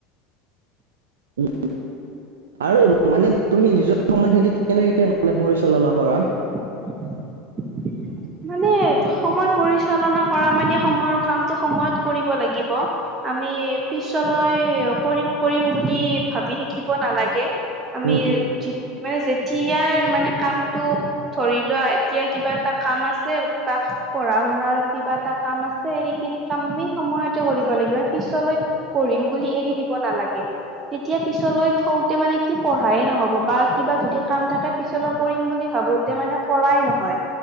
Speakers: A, on the right; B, on the right.
A: উম। আৰু মানে তুমি নিজৰ সময়খিনি কেনেকে মানে পৰিচালনা কৰা
B: <inaudible> মানে সময় পৰিচালনা কৰা মানে সময়ৰ কামটো সময়ত কৰিব লাগিব। আমি পিছলৈ কৰিম কৰিম বুলি ভাবি থাকিব নালাগে। আমি
A: উম উম
B: মানে যেতিয়াৰ মানে কামটো ধৰি এতিয়া কিবা এটা কাম আছে বা পঢ়া শুনাৰ কিবা এটা কাম আছে সেইখিনি কাম আমি সময়তে কৰিব লাগিব পিছলৈ পঢ়িম বুলি এৰি দিব নালাগে। তেতিয়া পিছলৈ থৌ মানে কি পঢ়াইে নহ'ব বা কিবা যদি কাম থাকে পিছলৈ কৰিম বুলি ভাবো মানে কৰাই নহয়